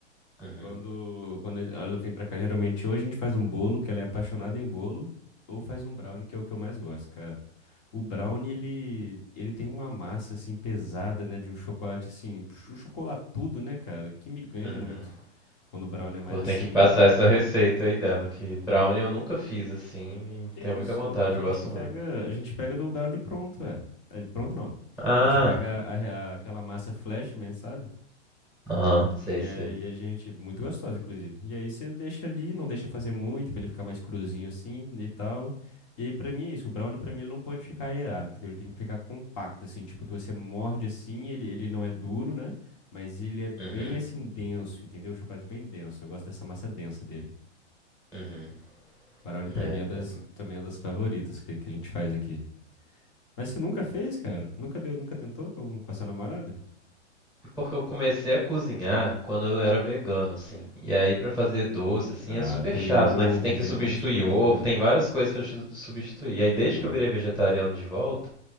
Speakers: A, in the centre; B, on the left (about 25°).
A: Uhum.
B: Quando, quando ela vem pra cá, geralmente hoje a gente faz um bolo, que ela é apaixonada em bolo, ou faz um brownie, que é o que eu mais gosto, cara. O brownie, ele, ele tem uma massa, assim, pesada, né, de um chocolate, assim, cho- chocolatudo, né, cara, que me ganha
A: Uhum.
B: muito. Quando o brownie é mais,
A: Pô,
B: assim,
A: tem que passar essa receita aí dela, que brownie eu nunca fiz assim, e
B: que
A: tenho
B: isso?
A: muita vontade,
B: A gente
A: eu gosto
B: pega,
A: muito.
B: a gente pega do brownie pronto, é. É, Pronto não.
A: Ah,
B: A gente pega a- a- aquela massa Flashman, sabe?
A: aham, sei,
B: E
A: sei.
B: aí a gente, muito gostosa, inclusive. E aí você deixa ali, não deixa fazer muito, pra ele ficar mais cruzinho assim e tal. E aí pra mim é isso, o brownie pra mim ele não pode ficar aerado, entendeu? Ele tem que ficar compacto, assim, tipo que você morde assim, ele, ele não é duro, né? Mas ele é bem
A: Uhum,
B: assim denso, entendeu? O chocolate é bem denso, eu gosto dessa massa densa dele.
A: uhum.
B: Brownie pra
A: É,
B: mim é das,
A: é
B: também é das favoritas que, que a gente faz aqui. Mas você nunca fez, cara? Nunca deu, nunca tentou com, com a sua namorada?
A: porque eu comecei a cozinhar quando eu era vegano, assim. E aí pra fazer doce, assim,
B: Ah,
A: é super
B: tem
A: chato,
B: ovo,
A: né? Que você tem que
B: tem
A: substituir
B: um monte de coisa,
A: ovo, tem várias coisas pra chu- substituir. E aí desde
B: né?
A: que eu virei vegetariano de volta,